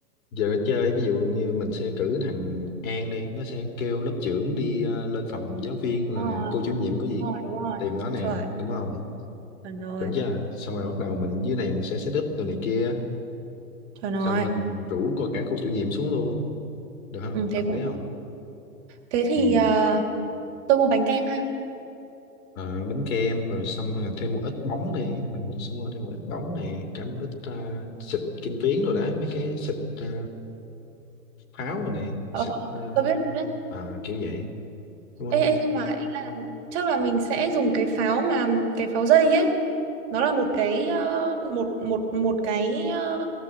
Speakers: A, on the left (about 55°); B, on the right (about 45°).
A: giờ chơi ví dụ như mình sẽ cử thằng An đi, nó sẽ kêu lớp trưởng đi ờ, lên phòng giáo viên
B: đúng
A: là
B: rồi
A: cô chủ nhiệm có
B: đúng
A: việc
B: rồi đúng rồi
A: tìm nó nè,
B: chuẩn
A: đúng không?
B: chuẩn rồi
A: Chuẩn chưa? Xong rồi bắt đầu mình dưới này mình sẽ set up đồ này kia
B: chuẩn rồi
A: xong mình rủ coi cả cô chủ nhiệm xuống luôn được không
B: ừ,
A: hợp
B: thế cũng
A: lý không
B: được. thế thì
A: ừ.
B: à, tôi mua bánh kem ha
A: Ờ, bánh kem rồi xong rồi thêm một ít bóng đi mình cũng sẽ mua thêm một ít bóng này cả một ít à, xịt kim tuyến rồi đấy mấy cái xịt à, pháo rồi này
B: ờ,
A: xịt à,
B: tôi biết tôi biết
A: à, kiểu vậy đúng
B: ê,
A: không
B: ê nhưng mà ý là chắc là mình sẽ dùng cái pháo mà cái pháo dây ấy nó là một cái ờ, một một một cái ờ,